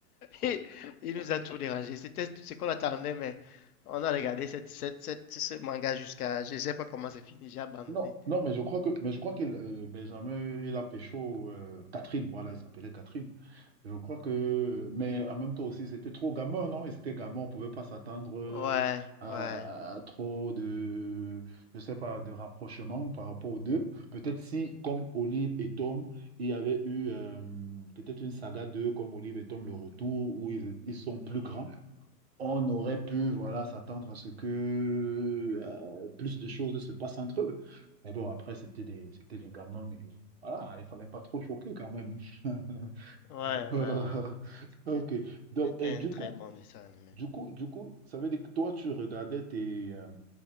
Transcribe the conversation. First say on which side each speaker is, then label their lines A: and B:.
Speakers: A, on the left; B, on the right.
A: Et il nous a tout dérangé. C'était tout ce qu'on attendait, mais on a regardé cette, cette, cette- ce manga jusqu'à. Je ne sais pas comment c'est fini. J'ai abandonné.
B: Non, non, mais je crois que, mais je crois qu'il, euh, Benjamin, il a pécho euh, Catherine, voilà, il s'appelait Catherine. Je crois que, mais en même temps aussi, c'était trop gamin, non? Et c'était gamin, on pouvait pas s'attendre euh,
A: Ouais,
B: à,
A: ouais.
B: à- à trop de, je sais pas, de rapprochement par rapport aux deux. Peut-être si, comme Olive et Tom, il y avait eu euh, peut-être une saga d'eux, comme Olive et Tom, le retour, où ils, ils sont plus
A: mhm.
B: grands on aurait pu voilà, s'attendre à ce que euh, plus de choses se passent entre eux. Mais bon, après, c'était des, c'était des gamins. et voilà, il fallait pas trop choquer quand même. <laughs>
A: Ouais, ouais, ouais,
B: Euh,
A: ouais. C'était
B: ok. Donc,
A: c'était
B: et du
A: un très
B: coup,
A: bon dessin animé.
B: du coup, du coup, ça veut dire que toi, tu regardais tes, euh,